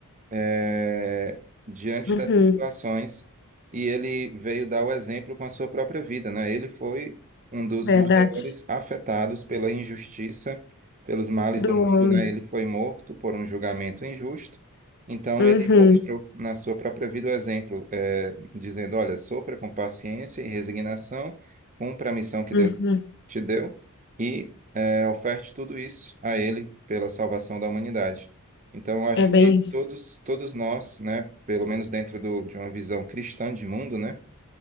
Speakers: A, on the right (about 35°); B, on the left (about 50°).
A: é, diante
B: Uhum.
A: dessas situações e ele veio dar o exemplo com a sua própria vida, né? Ele foi um dos
B: Verdade.
A: maiores afetados pela injustiça, pelos males
B: Do
A: do mundo,
B: homem.
A: né? Ele foi morto por um julgamento injusto, então
B: Uhum.
A: ele mostrou na sua própria vida o exemplo, é, dizendo, olha, sofra com paciência e resignação, cumpra a missão que
B: Uhum.
A: Deus te deu e é, oferte tudo isso a Ele pela salvação da humanidade. Então, eu acho
B: É bem
A: que
B: isso.
A: todos, todos nós, né, pelo menos dentro do, de uma visão cristã de mundo, né,